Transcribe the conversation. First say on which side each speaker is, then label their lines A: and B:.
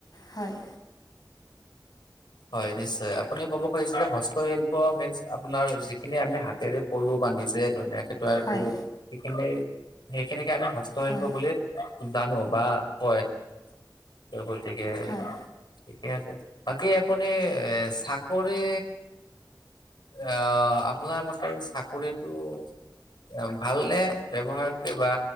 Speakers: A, on the left; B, on the left.
A: হয়।
B: হয়, নিশ্চয় আপুনি ক'ব খুজিছে যে হস্তশিল্প মিনচ আপোনাৰ যিখিনি আমি হাতেৰে কৰো বা নিজে ধুনীয়াকে তৈয়াৰ
A: হয়
B: কৰো, সেইখিনি সেইখিনিকে আমি হস্তশিল্প
A: হয়
B: বুলি জানো বা হয়, ত' গতিকে
A: হয়
B: ঠিকে আছে, বাকী আপুনি এ চাকৰি আ, আপোনাৰ মতে চাকৰিটো অ ভালনে ব্যৱসায়তকে বা